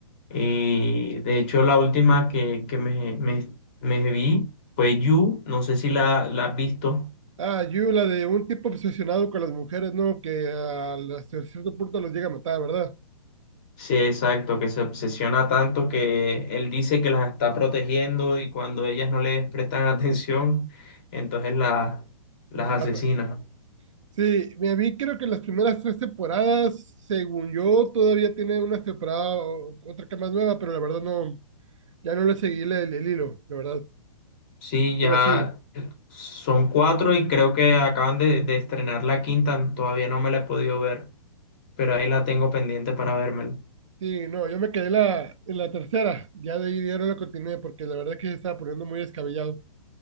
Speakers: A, on the left (about 15°); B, on the right (about 60°).
A: Y de hecho, la última que, que me, me- me vi fue You. No sé si la, la has visto.
B: Ah, You, la de un tipo obsesionado con las mujeres, ¿no? Que al- hasta cierto punto los llega a matar, ¿verdad?
A: Sí, exacto, que se obsesiona tanto que él dice que las está protegiendo y cuando ellas no les prestan <laughs> atención, entonces la- las
B: Los mata.
A: asesina.
B: Sí, me vi creo que las primeras tres temporadas, según yo, todavía tiene una temporada, o- otra que más nueva, pero la verdad no, ya no le seguí el, el- el hilo, la verdad.
A: Sí,
B: Pero
A: ya
B: sí,
A: son cuatro y creo que acaban de, de estrenar la quinta, todavía no me la he podido ver, pero ahí la tengo pendiente para vérmela.
B: sí, no, yo me quedé en la, en la tercera, ya de ahí ya no la continué, porque la verdad que se estaba poniendo muy descabellado.